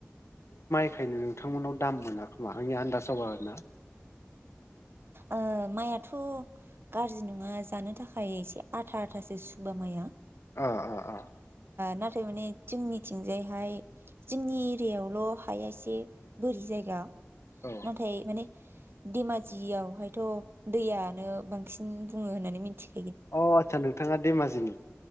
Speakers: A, on the left (about 70°); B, on the right (about 55°).
A: बेनिखायनो नोंथांमोननाव दाम मोना खोमा? आंनि आन्दाजाव आरो ना
B: ओ माइआथ' गाज्रि नङा जानो थाखाय एसे आथा- आथासो सुबबा माइया
A: ओ, आ-आ
B: नाथाय माने जोंनिथिंजायहाय जोंनि एरियायावल हाया एसे बोरि जायगा
A: औ
B: नाथाइ माने धेमाजि यावहायथ' दैयानो बांसिन बुङो होननानै मिथियो।
A: अ आतसा नोंथाङा धेमाजिनि?